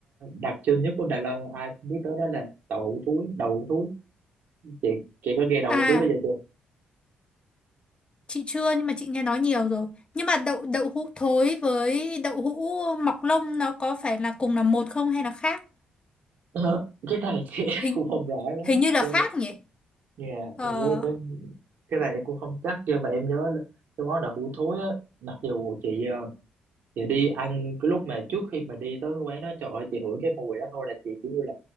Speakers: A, on the right; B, on the left.
A: đặc trưng nhất của Đài Loan mà ai cũng biết tới đó là đậu hũ thúi đậu hũ thúi chị chị có nghe đậu
B: à
A: hũ thúi bây giờ chưa
B: Chị chưa nhưng mà chị nghe nói nhiều rồi. Nhưng mà đậu đậu hũ thối với đậu hũ mọc lông nó có phải là cùng là một không hay là khác?
A: Ờ, cái này thì <laughs> em
B: Hình
A: cũng không rõ lắm
B: hình như là
A: chứ
B: khác nhỉ?
A: nhà như
B: Ờ
A: em nhớ- em cái này em cũng không chắc nhưng mà em nhớ là cái món đậu hũ thối, á mặc dù chị ờ, chị đi ăn cái lúc mà trước khi mà đi tới cái quán đó trời ơi chị hửi cái mùi đó thôi là chị kiểu như là